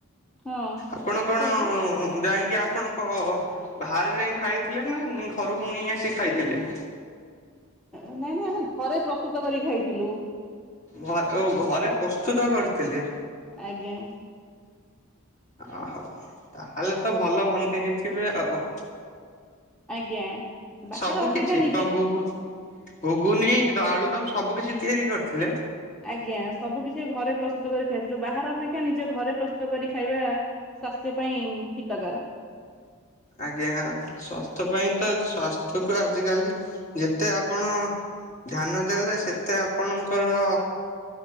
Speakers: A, in the centre; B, on the left (about 35°).
A: ହଁ
B: ଆପଣ କଣ
A: କୁହନ୍ତୁ।
B: ଉ ଉଁ ଜାଇଙ୍କି ଆ ଆପଣଙ୍କ ଅ ବାହାରେ ଯାଇଁ ଖାଇଥିଲେ ନା ଅ ଘରକୁ ନେଇ ଆସି ଖାଇଥିଲେ?
A: ନାଇଁ ନାଇଁ ଆମେ ଘରେ ପ୍ରସ୍ତୁତ କରିକି ଖାଇଥିଲୁ।
B: ଘରେ ଓ ଘରେ ପ୍ରସ୍ତୁତ କରିଥିଲେ?
A: ଆଜ୍ଞା।
B: ଆହୋ ତାହେଲେ ତ ଭଲ ବନେଇଥିବେ ଆଉ।
A: ଆଜ୍ଞା। ବାହାର
B: ସବୁ
A: ଅପେକ୍ଷା
B: କିଛି
A: ନିଜ
B: କଣ ଘୁଗୁ ଘୁଗୁନି ଦ ଆଳୁଦମ ସବୁ କିଛି ତିଆରି କରିଥିଲେ।
A: ଆଜ୍ଞା ସବୁ କିଛି ଘରେ ପ୍ରସ୍ତୁତ କରି ଖାଇଥିଲୁ ବାହାର ଅପେକ୍ଷା ନିଜ ଘରେ ପ୍ରସ୍ତୁତ କରି ଖାଇବା ସ୍ୱାସ୍ଥ୍ୟ ପାଇଁ ହିତକାର।
B: ଆଜ୍ଞା ସ୍ୱାସ୍ଥ୍ୟ ପାଇଁ ତ ସ୍ଵାସ୍ଥ୍ୟକୁ ଆଜିକାଲି ଯେତେ ଆପଣ ଧ୍ୟାନ ଦେବେ ସେତେ ଆପଣଙ୍କର